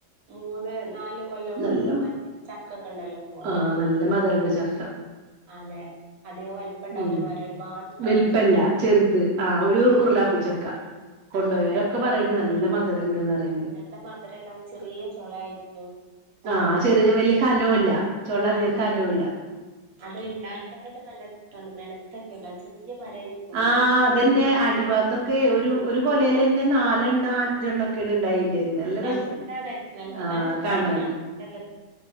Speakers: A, on the right (about 60°); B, on the right (about 75°).
A: മൂന്ന് നാല് കൊല്ലം കൊണ്ടൊക്കെ
B: നല്ല
A: ഇണ്ടാക്കിനെ ചക്കൊക്കെ ഇണ്ടല്ലോ പ്പം
B: ആഹ് നല്ല മധുരള്ള ചക്ക.
A: അതെ, അധിക വലിപ്പം ഇണ്ടാവുല
B: ഉം
A: മരം ഒരുപാട് ഇണ്ടാവും
B: വലുപ്പല്ല
A: ചെയ്യും.
B: ചെറുത് ആഹ് ഒരു ഉറുളാപ്പി ചക്ക. കൊണ്ടോയോരൊക്കെ
A: ആ അതെ പക്ഷെ
B: പറയ്ന്ണ്ട് നല്ല മധുരണ്ട്ന്ന് പറയ്ണ്ട്.
A: നല്ല മധുരണ്ടാവും ചെറിയ ചൊളായിരിക്കും. നല്ല
B: ആഹ്
A: രസാ
B: ചെറിയ ചൊ വലിയ കനവുല്ല ചോള അധികം
A: ആ അതെ
B: കനവുല്ല
A: അത് ഇണ്ടാവുമ്പോ തന്നെ നല്ല രസാണ് നെലത്തൊക്കെ ഇണ്ടാവ, ചെറിയ മരായിരിക്കും ഇണ്ടാവ
B: ആ അതന്നെ അടിഭാത്തൊക്കെ ഒരു ഒരു കൊലേലന്നെ നാലെണ്ണം അഞ്ചെണ്ണം ക്കെന്നെ ഇണ്ടായിണ്ടേർന്ന്. നല്ല
A: നെലത്താണ്
B: രസാണ്
A: നെലത്താണ്
B: ആഹ്
A: ഇണ്ടായി
B: കാണാന്
A: കാണാൻ നല്ല